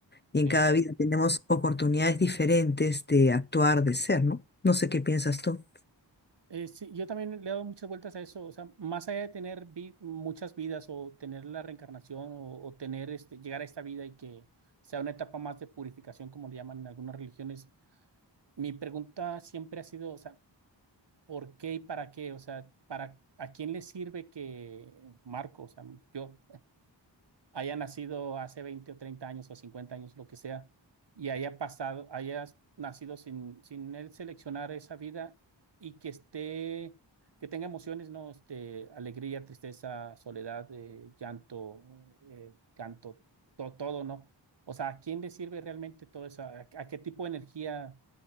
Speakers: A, on the left (about 25°); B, on the right (about 65°).
A: y en
B: sí.
A: cada vida tenemos oportunidades diferentes de actuar, de ser, ¿no? No sé qué piensas tú.
B: Eh, sí, yo también le he dado muchas vueltas a eso, o sea, más allá de tener vi- muchas vidas o tener la reencarnación o, o tener este, llegar a esta vida y que sea una etapa más de purificación, como le llaman en algunas religiones, mi pregunta siempre ha sido, o sea, ¿por qué y para qué? O sea, ¿para a quién le sirve que Marco, o sea, yo, haya nacido hace 20 o 30 años o 50 años, lo que sea, y haya pasado, haya nacido sin, sin él seleccionar esa vida y que esté, que tenga emociones, ¿no? Este, alegría, tristeza, soledad, eh, llanto, eh, canto, to- todo, ¿no? O sea, ¿a quién le sirve realmente todo eso? ¿A, a qué tipo de energía